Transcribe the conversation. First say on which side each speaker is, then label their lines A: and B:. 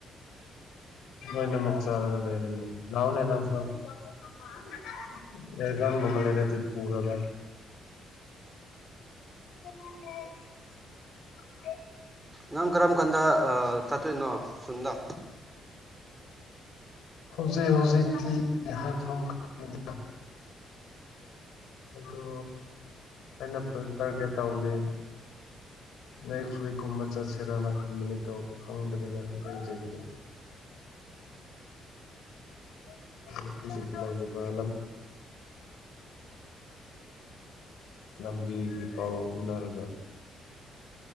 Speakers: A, on the left (about 80°); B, on the right (about 15°).
A: ꯂꯣꯏꯅꯃꯛ ꯆꯔꯒ ꯂꯩꯔꯅꯤ ꯂꯥꯎꯅꯦ ꯅꯪꯁꯨ ꯑꯦꯌꯔꯒꯟꯒꯨꯝꯕ ꯂꯩꯔꯗꯤ ꯄꯨꯔꯒ <inaudible>
B: ꯅꯪ ꯀꯔꯝ ꯀꯥꯟꯗ ꯑꯥ ꯆꯠꯇꯣꯏꯅꯣ ꯈꯨꯟꯗ
A: <inaudible> ꯍꯧꯖꯤꯛ ꯍꯧꯖꯤꯛ ꯇꯤ ꯍꯥꯏꯐꯝ ꯈꯪꯗꯦꯗꯥ ꯑꯗꯨ ꯑꯩꯅ ꯐꯨꯜ ꯇꯔꯒꯦꯠ ꯇꯧꯕꯗꯤ ꯅꯦꯛꯁ ꯋꯤꯛꯀꯨꯝꯕ ꯆꯠꯁꯤꯔꯅ ꯈꯟꯕꯅꯤꯗ ꯈꯪꯗ꯭ꯔꯤꯗ ꯍꯧꯖꯤꯛ ꯍꯧꯖꯤꯛꯇꯤ <unintelligible> ꯂꯝꯕꯤꯒꯤ ꯄꯥꯎ ꯎꯅꯔꯒ